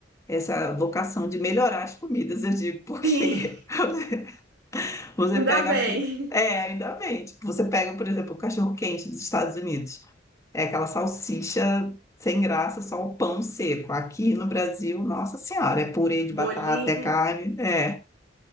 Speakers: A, on the left (about 15°); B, on the right (about 70°).
A: essa vocação de melhorar as comidas, eu digo, porque
B: sim, <laughs>
A: <laughs> você
B: ainda
A: pega
B: bem.
A: a pizza. É, ainda bem. Tipo, você pega, por exemplo, o cachorro-quente dos Estados Unidos. É aquela salsicha sem graça, só o pão seco. Aqui no Brasil, nossa senhora, é purê de
B: Bolinho,
A: batata, é carne. É.